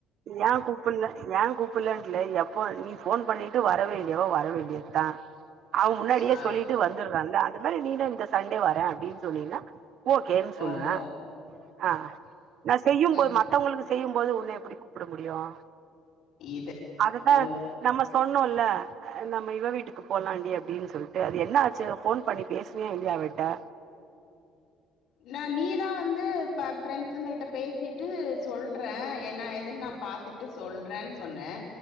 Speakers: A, on the right; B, on the left.
A: ஏன் கூப்புல ஏன் கூப்புல எப்போ நீ ஃபோன் பண்ணிட்டு வரவேண்டியவோ வர வேண்டியதான் அவ முன்னாடியே
B: ஆ
A: சொல்லிட்டு வந்துர்றாங்க அந்த மாரி நீனும் இந்த சண்டே வரேன் அப்படின்னு சொன்னீங்ன்னா ஓகேன்னு சொல்லுவேன்
B: ஓ ஓ
A: ஆ நா செய்யும்போது
B: சர்
A: மத்தவங்களுக்கு செய்யும்போது உன்ன எப்டி கூப்ட முடியும்
B: இது
A: அததா
B: ஓ
A: நம்ம சொன்னோல நம்ம இவ வீட்டுக்கு போலாண்டி அப்டின்னு சொல்லிட்டு அது என்ன ஆச்சு போன் பண்ணி பேசுனியா இல்லையா அவள்ட்ட
B: இல நீதா வந்து ப ஃப்ரெண்ட்ஸுங்களுட்ட பேசிட்டு சொல்றே என்னா ஏதுன்னு நா பாத்துட் சொல்றேன்னு சொன்னே